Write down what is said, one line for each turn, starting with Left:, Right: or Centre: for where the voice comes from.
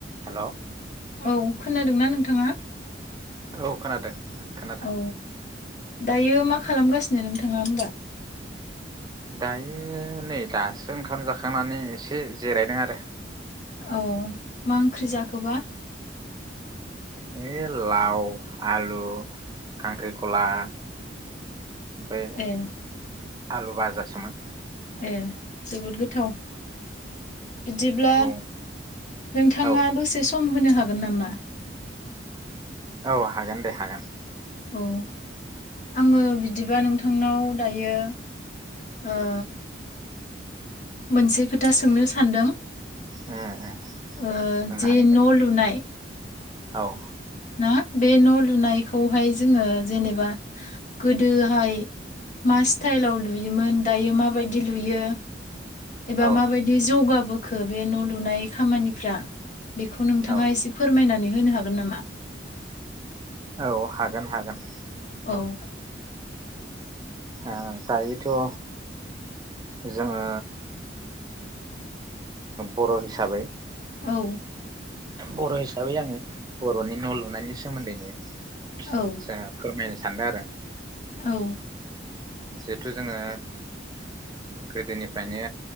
Right: हेलौ
Left: औ खोनादोंना नोंथाङा?
Right: औ खोनादों नोंथां खोनादों
Left: औ दायो मा खालामगासिनो नोंथाङा होमबा?
Right: दायो नै दासो ओंखाम जाखांनानै एसे जिरायदों आरो
Left: औ मा ओंख्रि जाखोबा?
Right: ए लाव आलु खांख्रिखला ओमफ्राय
Left: ए
Right: आलु बाजा सोमोन ।
Left: ए जोबोद गोथाव बिदिब्ला
Right: औ
Left: नोंथाङा
Right: औ
Left: दसे स सम होनो हागोन नामा।
Right: औ हागोन दे हागोन।
Left: औ आङो बिदिबा नोंथांनाव दायो ओ। मोनसे खोथा सोंनो सानदों।
Right: उम उम
Left: ओ
Right: सोंनो
Left: जि
Right: हागोन
Left: न'
Right: दे
Left: लुनाय
Right: औ।
Left: ना बे न' लुनायखौहाय जोङो जेनेबा गोदोहाय मा स्टाइलाव लुयोमोन दायो माबायदि लुयो। एबा
Right: औ
Left: माबायदि जौगाबो खो बे न' लुनाय खामानिफ्रा बेखौ नोंथाङा
Right: औ
Left: एसे फोरमायनानै होनो हागोन नामा?
Right: औ हागोन हागोन।
Left: औ।
Right: हो दायोथ' जोङो बर' हिसाबै
Left: औ।
Right: बर' हिसाबै आङो बर'नि न' लुनायनि सोमोन्दैनो जाहा
Left: औ
Right: फोरमायनो सान्दों आरो।
Left: औ।
Right: जिहेथु जोङो गोदोनिफ्रायनो